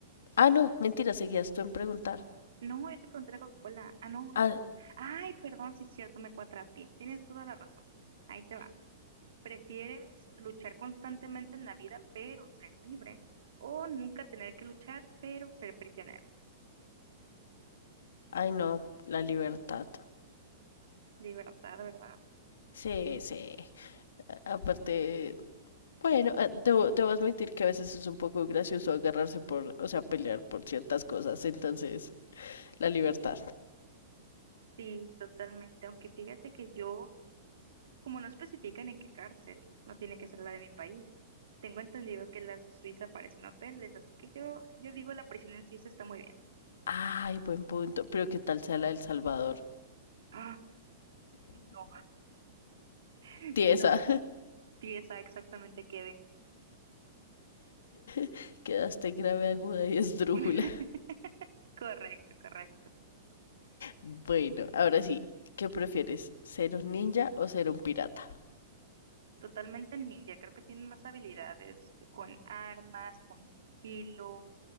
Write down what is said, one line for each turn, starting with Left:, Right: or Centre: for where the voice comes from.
Left: Ah, no, mentira, seguías tú en preguntar.
Right: No, yo te pregunté la Coca-Cola. Ah, no,
Left: Ah,
Right: yo. Ay, perdón, sí es cierto, me cuatrapié. Tienes toda la razón. Ahí te va. ¿Prefieres luchar constantemente en la vida, pero ser libre? ¿O nunca tener que luchar, pero ser prisionero?
Left: ay, no, la libertad.
Right: Libertad, ¿verdad?
Left: Sí, sí, Aparte, bueno, eh, debo, debo admitir que a veces es un poco gracioso agarrarse por, o sea, pelear por ciertas cosas. Entonces, la libertad.
Right: Sí, totalmente. Aunque fíjate que yo, como no especifican en qué cárcel, no tiene que ser la de mi país. Tengo entendido que las de Suiza parecen hoteles, así que yo, yo digo la prisión en Suiza está muy bien.
Left: Ay, buen punto. Pero qué tal sea la del Salvador.
Right: Ah, no, <laughs>
Left: Tiesa,
Right: no. Sí, esa exactamente quede.
Left: <laughs> quedaste grave, aguda y esdrújula.
Right: <laughs> Correcto, correcto.
Left: Bueno, ahora sí, ¿qué prefieres? ¿Ser un ninja o ser un pirata?
Right: Totalmente ninja. Creo que tienen más habilidades eh, con armas, con sigilo,